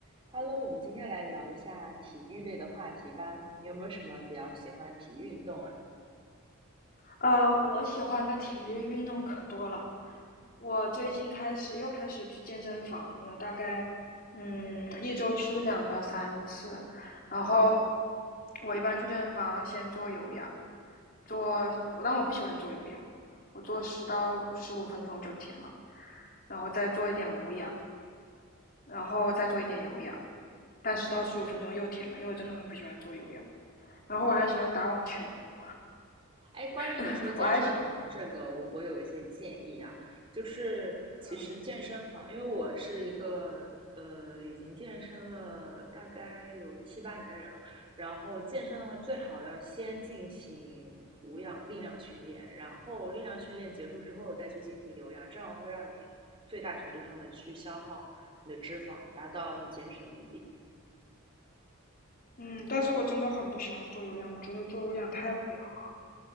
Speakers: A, on the right; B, on the left.
A: Hello，我们今天来聊一下体育类的话题吧。你有没有什么比较喜欢的体育运动啊？
B: 呃，我喜欢的体育运动可多了。我最近开始又开始去健身房了，大概嗯一周去两到三次。然后我一般去健身房先做有氧，做我但我不喜欢做有氧，我做十到十五分钟就停了，然后再做一点无氧，然后再做一点有氧，但十到十五分钟又停了，因为我真的很不喜欢做有氧。然后我还喜欢打网球，
A: 哎，关于你说健身房这个，
B: <laughs> 我还喜
A: 我我有一些建议啊，就是其实健身房，
B: 嗯。
A: 因为我是一个呃已经健身了大概有七八年的人了，然后健身的话最好要先进行无氧力量训练，然后力量训练结束之后再去进行有氧，这样会让你最大程度上的去消耗你的脂肪，达到你减脂的目的。
B: 嗯，但是我真的很不喜欢做有氧，我觉得做有氧太无聊了。